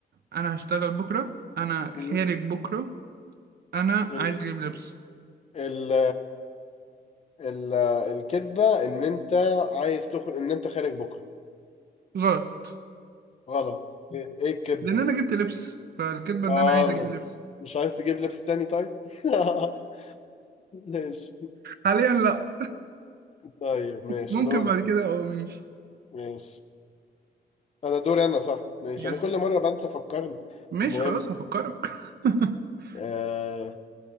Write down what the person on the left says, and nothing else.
مم.
ماشي
ال ال الكدبه ان انت عايز تخرج ان انت خارج بكره
غلط ايه إيه الكدبه
اه
مش عايز تجيب لبس تاني طيب <laughs> ماشي
طيب ماشي
دورك
ماشي انا دوري انا صح ماشي
انا كل مره بنسى فكرني
المهم
أه